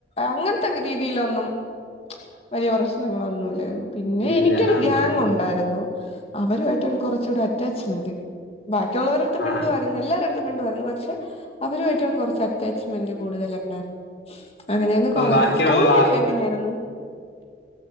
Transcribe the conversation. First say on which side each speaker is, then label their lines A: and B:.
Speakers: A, on the left; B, on the left.
A: അങ്ങനത്തെ രീതിയിലൊന്നും വലിയ പ്രശ്ന പ്രശ്ങ്ങളൊന്നുല്ലാരുന്നു പിന്നെ
B: ഇല്ല
A: എനിക്കൊരു
B: ആ
A: ഗ്യാങ്
B: ഉം ഉം.
A: ഉണ്ടായിരുന്നു അവരുആയിട്ടാണ് കുറച്ചൂടെ അ അറ്റാച്ച്മെന്റ് ബാക്കിയുള്ളവരെടുത്ത്
B: ആ
A: മിണ്ടുവായിരുന്നു എല്ലാരെടുത്തും മിണ്ടുവായിരുന്നു പക്ഷെ അവരുമായിട്ടാണ് കൊറച്ച് അറ്റാച്ച്മെന്റ് കൂടുതലണ്ടായിരുന്നു അങ്ങനെയരുന്നു
B: ഇപ്പം
A: കോളജ്.
B: ബാക്കിയുള്ള
A: സ്കൂൾ ലൈഫ് എങ്ങനെയായിര്ന്ന് <inaudible>